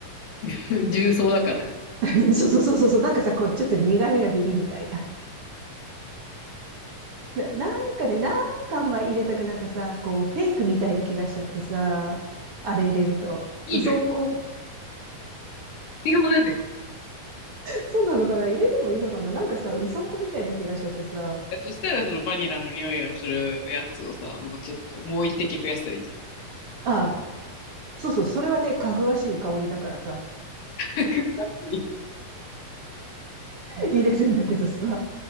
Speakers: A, on the left (about 80°); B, on the right (about 50°).
A: <laughs> 重曹だから。
B: <laughs> そうそうそうそうそう。なんかさ、こう、ちょっと苦味がビリみたいな。な、なんかね、なんかあんま入れたくなんかさ、こう、フェイクみたいな気がしちゃってさ、あれ入れると。
A: いいのよ。
B: うそんこ、
A: 必要なのよ。
B: そうなのかな入れてもいいのかななんかさ、うそんこみたいな気がしちゃってさ。
A: そしたらそのバニラの匂いがするやつをさ、もうちょっと、もう一滴増やしたらいいじゃ
B: ああ、そうそう、それはね、かぐわしい香りだからさ、
A: ん。<laughs>
B: 入れるんだけどさ。